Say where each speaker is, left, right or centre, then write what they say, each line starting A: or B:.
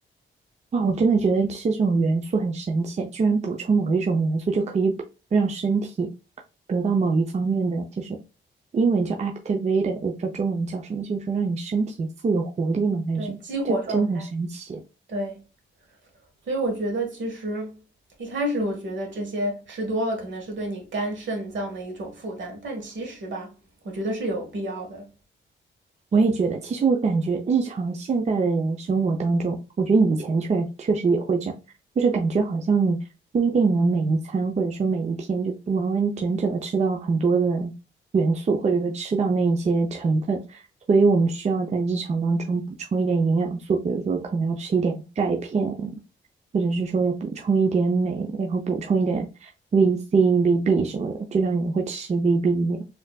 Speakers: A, on the right (about 35°); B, on the right (about 65°).
A: 哇，我真的觉得吃这种元素很神奇，居然补充某一种元素就可以补让身体得到某一方面的，就是英文叫 activated，我不知道中文叫什么，就是说让你身体富有活力吗？还是什么？
B: 对，激活状态，
A: 就真的很神奇。
B: 对。所以我觉得其实一开始我觉得这些吃多了可能是对你肝肾脏的一种负担，但其实吧，我觉得是有必要的。
A: 我也觉得，其实我感觉日常现在的人生活当中，我觉得以前确确实也会这样，就是感觉好像你不一定能每一餐或者说每一天就完完整整的吃到很多的元素，或者说吃到那一些成分，所以我们需要在日常当中补充一点营养素，比如说可能要吃一点钙片，或者是说要补充一点镁，然后补充一点 VC、VB 什么的，就像你会吃 VB 一样。